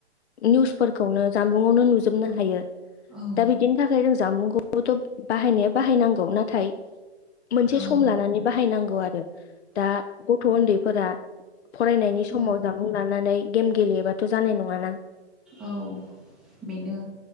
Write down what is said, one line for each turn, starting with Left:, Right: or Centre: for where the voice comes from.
Left: निउसफोरखौनो जानबुंआवनो नुजोबनो हायो।
Centre: औ
Left: दा बिदिनि थाखाय जों जामुंखौथ' बाहायनाया बाहायनांगौ नाथाय मोनसे
Centre: औ
Left: सम लानानै बाहायनांगौ आरो दा गथ' ओन्दैफोरा फरायनायनि समाव
Centre: औ
Left: जामुं लानानै गेम गेलेयोबाथ' जानाय नङाना।
Centre: औ बेनो।